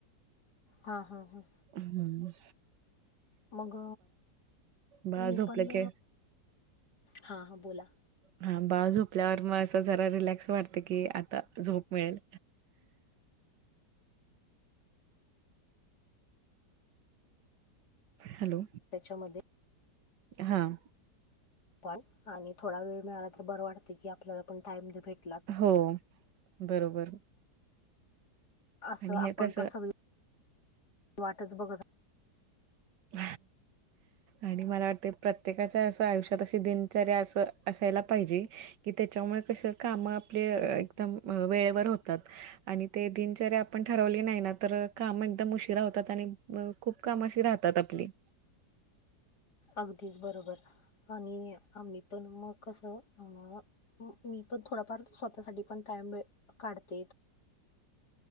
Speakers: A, on the left; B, on the right.
A: हा हा हा
B: हम्म
A: मग
B: बाळ
A: मी
B: झोपलं
A: पण
B: की
A: हा हा बोला
B: हा बाळ झोपल्यावर मग असं जरा रिलॅक्स वाटत की आता झोप मिळेल हॅलो
A: त्याच्यामध्ये
B: हां.
A: पण आणि थोडा वेळ मिळाला तर बरं वाटते की, आपल्याला पण टाइम भेट
B: हो बरोबर.
A: असं
B: आणि
A: आपण
B: हे कसं
A: पण सगळी वाटच बघत.
B: <inaudible> आणि मला वाटते प्रत्येकाच्या असं आयुष्यात अशी, दिनचर्या असं असायला पाहिजे. कि तिच्यामुळे कस काम आपले, एकदम वेळेवर होतात. आणि ते दिनचर्या आपण ठरवली नाही ना, तर काम एकदम उशिरा होतात. आणि खूप काम अशी राह त्यात आपली.
A: अगदीच बरोबर, आणि आम्ही पण मग कसं. म- मी पण थोडाफार स्वतःसाठी पण टाइम वेळ काढते.